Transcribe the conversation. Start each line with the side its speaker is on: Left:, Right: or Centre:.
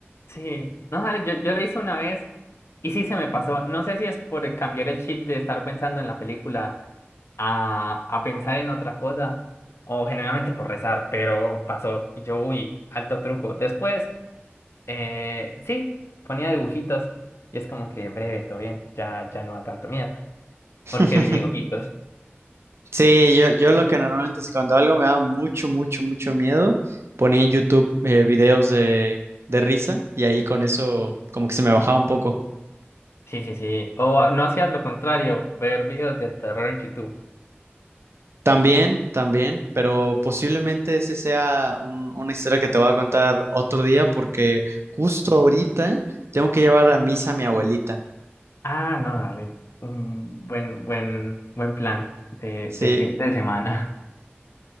Left: Sí, no sabes, yo, yo lo hice una vez y sí se me pasó. No sé si es por cambiar el chip de estar pensando en la película a, a pensar en otra cosa o generalmente por rezar, pero pasó. Y yo, uy, alto truco. Después, eh, sí, ponía dibujitos y es como que breve, todo bien, ya, ya no da tanto miedo
Right: <laughs>
Left: porque vi dibujitos.
Right: Sí, yo, yo lo que normalmente, si cuando algo me da mucho, mucho, mucho miedo, ponía en YouTube eh, videos de, de risa y ahí con eso como que se me bajaba un poco.
Left: Sí, sí, sí. O no hacías lo contrario, ver videos de terror en YouTube.
Right: También, también, pero posiblemente ese sea un- una historia que te voy a contar otro día porque justo ahorita tengo que llevar a misa a mi abuelita.
Left: Ah, no, dale. Un buen, buen, buen plan de,
Right: Sí,
Left: de fin de semana. <laughs>